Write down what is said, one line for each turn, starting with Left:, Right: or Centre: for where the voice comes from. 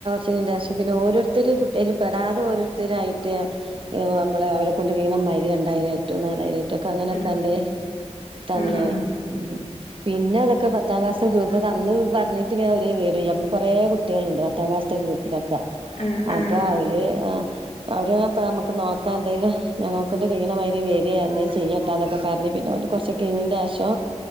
Right: പിന്നെ <unintelligible> പിന്നെ ഓരോരുത്തര് കു അയ്ല് പെടാതെ ഓരോരുത്തര് ആയിട്ട് യൂ, അമ്മള് അവരെ കൊണ്ട് വീതം മയ്രി രണ്ടായിട്ടും നാലായിരം. ഒറ്റക്ക് അങ്ങനൊക്കാണ്ട്
Left: ആഹ്
Right: തന്നേ.
Left: ആഹ് ആഹ്
Right: ഉം, പിന്നെ, അതൊക്ക പത്താക്ലാസ്സ്‌തെ ഗ്രൂപ്പ്‌ അന്ന് പർഞ്ഞിട്ട് ഒരു വിവരൂയ അപ്പൊ കൊറേ കുട്ട്യേള്ണ്ട്. പത്താം ക്ലാസ്സ്‌തെ ഗ്രൂപ്പ്. ലോക്ക,
Left: ആഹ് ആഹ്
Right: അപ്പൊ
Left: ആഹ് ആഹ്
Right: അവര് ആ, അവര് അ പ്പ നമുക്ക് നോക്കാ ന്തെങ്കിലും. ഞങ്ങക്കൊണ്ട് കയ്യിണമാരി വെരേ, എന്തേം ചെയ്യട്ടാ ന്നൊക്കെ പർഞ് പിന്നെ ഓല് കൊർച്ച കൈഞ്ഞിന്റെഷം.